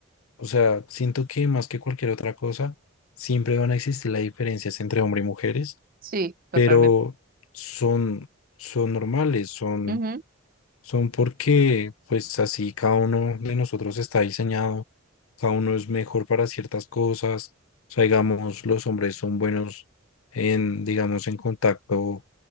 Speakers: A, on the left; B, on the right.
A: O sea, siento que más que cualquier otra cosa, siempre van a existir las diferencias entre hombres y mujeres
B: sí, totalmente.
A: pero son, son normales, son,
B: Ujú,
A: son porque pues así cada uno de nosotros está diseñado, cada uno es mejor para ciertas cosas, o sea, digamos, los hombres son buenos en, digamos, en contacto,